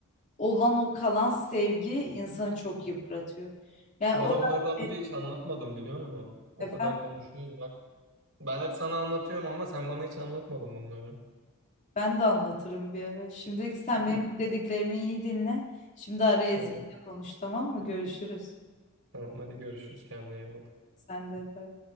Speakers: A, on the left; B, on the right.
A: olan o kalan sevgi insanı çok yıpratıyor. Yani
B: Bana
A: o
B: bunları
A: <laughs>
B: daha önce hiç anlatmadın biliyor musun? O
A: efendim
B: kadar konuşuyoruz bak. Ben hep sana anlatıyorum ama sen bana hiç anlatmadın bunları.
A: ben de anlatırım bir ara. Şimdi sen
B: Hı.
A: benim bu dediklerimi iyi dinle. Şimdi ara Ezgi'yle
B: Tamam.
A: konuş tamam mı? Görüşürüz.
B: Tamam hadi görüşürüz kendine iyi bak.
A: Sen de bay.